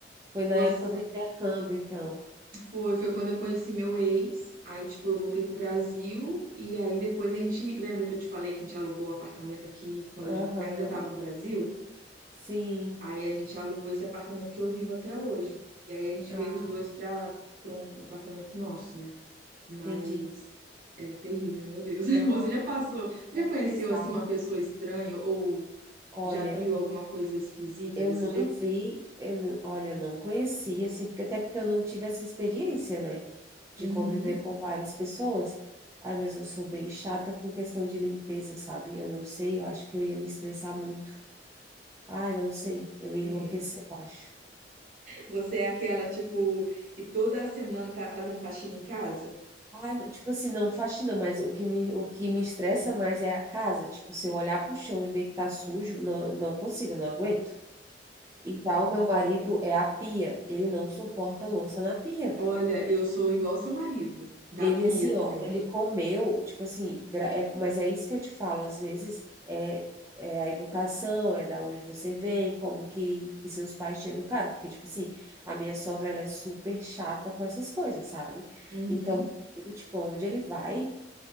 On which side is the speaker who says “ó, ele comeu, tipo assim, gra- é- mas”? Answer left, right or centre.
Right